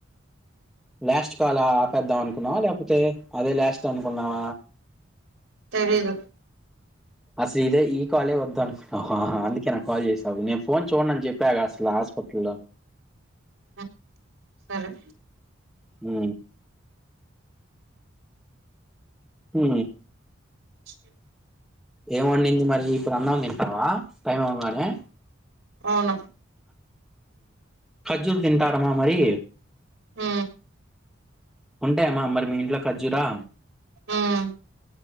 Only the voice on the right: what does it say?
తెలీదు
వ సరె
చ్
అవును
హు
ఉమ్